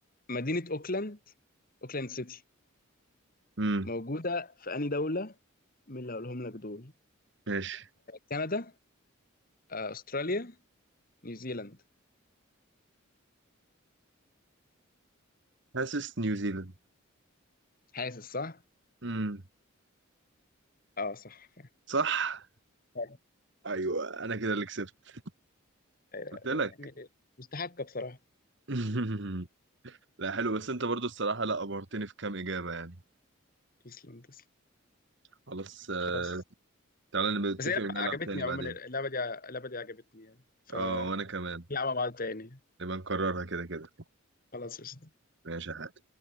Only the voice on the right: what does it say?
امم
ماشي
حاسس نيوزيلاند
امم
صح
ايوه انا كده اللي كسبت
قلت لك
<laughs> لا حلو بس انت برضو الصراحه لا ابهرتني في كام اجابه يعني
خلاص آه،
تعالى نبقى نتفق
ونلعب
تاني
بعدين
اه وانا كمان
نبقى نكررها كده كده
ماشي يا حاج